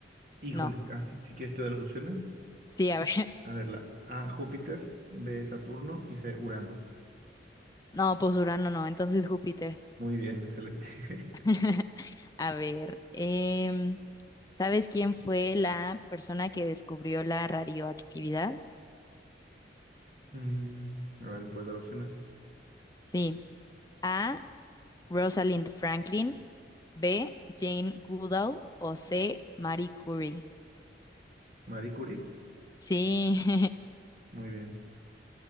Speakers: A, on the right; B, on the left.
A: Híjole,
B: No.
A: casi. Si si quieres te doy las opciones.
B: Sí, a ver.
A: A ver, la A, Júpiter, B, Saturno y C, Urano.
B: No, pues Urano no, entonces Júpiter.
A: Muy bien, excelente. <laughs>
B: <laughs> A ver, em, ¿sabes quién fue la persona que descubrió la radioactividad?
A: Mm, a ver, ¿me puedes dar opciones?
B: Sí. A. Rosalind Franklin. B. Jane Goodall. O C. Marie Curie.
A: Marie Curie,
B: Sí,
A: muy bien.